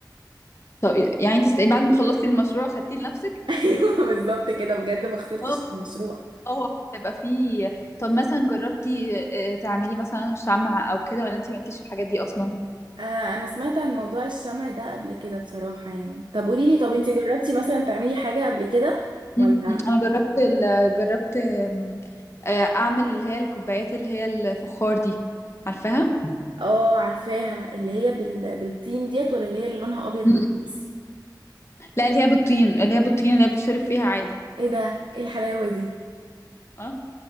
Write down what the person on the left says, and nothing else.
طب يعني انت بعد ما خلصتي المشروع خدتيه لنفسك
اه
اه هيبقى فيه طب مثلا جربتي آه، تعملي مثلا شمعة او كده ولا انتي مالكيش في الحاجات دي اصلا
مم. انا جربت ال... جربت آم، آه، اعمل اللي هي الكوبايات اللي هي الفخار دي عارفاها
مم.
لا اللي هي بالطين اللي هي بالطين اللي هي بتشرب فيها عادي
اه